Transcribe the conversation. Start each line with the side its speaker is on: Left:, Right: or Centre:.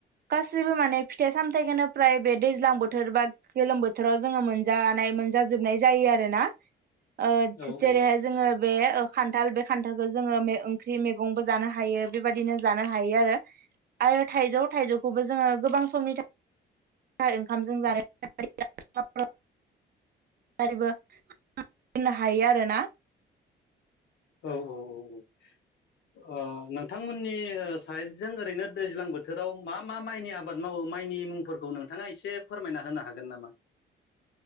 Right: गासैबो माने फिथाइ सामथायाइखौनो फ्राय बे दैज्लां बोथोर बा गोलोम बोथोराव जोङो मोनजानाय। मोनजाजोबनाय जायो आरोना। ओ-जेरैहाय
Left: औ औ
Right: जोङो बे खान्थाल बे खान्थालखौ जोङो मे-ओंख्रि मैगंबो जानो हायो बेबायदिनो जानो हायो आरो। थाइजौ थाइजौखौबो जोङो गोबां समनि थाखाय। ओंखामजों जानाय <unintelligible> बोनो हायो आरोना।
Left: औ औ औ औ ओ नोंथांमोननि। साइदजों ओरैनो दैज्लां बोथोर। बाव मा मा माइनि आबाद मावो माइनि मुंफोरखौ नोंथाङा एसे फोरमायना होनो हागोन नामा? <inaudible>